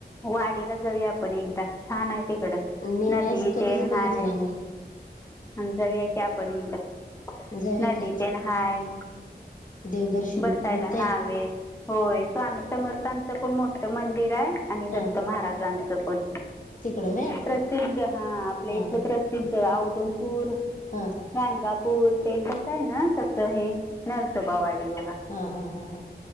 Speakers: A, on the left; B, on the left.
A: वाडीला जाऊया आपण एकदा, छान आहे तिकडं,
B: मी
A: नदी
B: नाहीच कधीच
A: तेन
B: बघितलंय
A: हाय.
B: मी
A: अन् जाऊया की आपण एकदा
B: जाऊया
A: नदी
B: की
A: तेन हाय.
B: देवदर्शन
A: बसायला
B: पण होतंय
A: नावेत. होय स्वामी समर्थांचं पण मोठं मंदिर आय आणि दत्त
B: हा
A: महाराजांच पण.
B: तिकडं व्हय
A: प्रसिद्ध हा आपल्या
B: हा
A: इथलं प्रसिद्ध ओदौमपूर
B: हां.
A: गांगापूर तेें कस हाय ना तसं हे नरसोबावाडी बघा.
B: हा हा हा हा